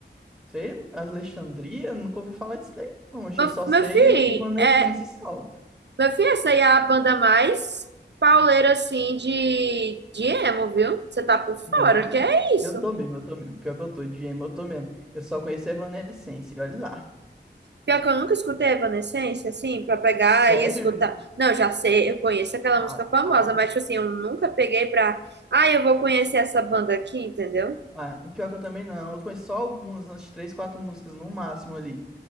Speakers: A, in the centre; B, on the right.
A: Sei, lá, Alexandria? Nunca ouvi falar disso daí, não. oxe,
B: Meu,
A: Eu só sei
B: meu filho,
A: Evanescence
B: é,
A: só.
B: meu filho, essa aí é a banda mais pauleira assim de, de emo, viu? Você tá por fora,
A: Não,
B: que é isso?
A: eu tô mesmo, eu tô mesmo. Pior que eu tô de emo, eu tô mesmo. Eu só conheço Evanescence, olha lá.
B: Pior que eu nunca escutei Evanescence, assim, pra pegar
A: Sério?
B: e escutar. Não, já sei, eu conheço aquela
A: Ah,
B: música famosa,
A: tá.
B: mas, tipo assim, eu nunca peguei pra. Ah, eu vou conhecer essa banda aqui, entendeu?
A: Ah, pior que eu também não. Eu conheço só algumas, umas três, quatro músicas no máximo ali.